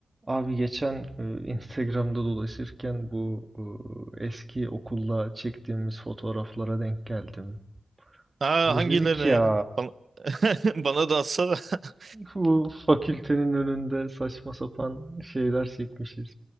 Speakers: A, on the right (about 25°); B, on the right (about 55°).
A: Abi geçen e, Instagram'da dolaşırken bu e, eski okulda çektiğimiz fotoğraflara denk geldim.
B: Ha
A: Özledik
B: hangilerine
A: ya.
B: ya? Bana, <laughs> bana da atsana. <laughs>
A: Bu fakültenin önünde saçma sapan şeyler çekmişiz.